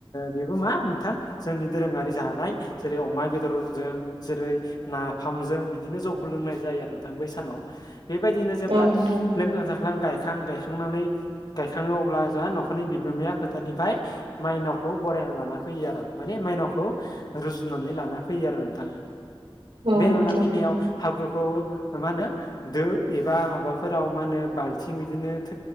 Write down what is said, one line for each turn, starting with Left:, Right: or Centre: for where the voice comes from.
Left: बेबो मा मोनथां जोंनि दोरोङारि जानाय जेरै अमा बेदरजों जेरै नाफामजों बिदिनो जौखौ लोंनाय जायो आरो नोंथां बै सानाव बेबायदिनो जेब्ला
Right: नोंथां
Left: लोंखां जाख्लां गायखां गायखांनानै गायखाङो अब्ला जोंहा न'खरनि बिगोमाया फोथारनिफ्राय माइनावखौ बरायना लाना फैयो आरो माने माइनावखौ रुजुनानै लाना फैयो आरो नोंथां
Right: औ नोंथां
Left: बे लाना फैनायाव हाब्रुफोरखौ मा होनो दो एबा माबाफोराव मा होनो बाल्थिं बिदिनो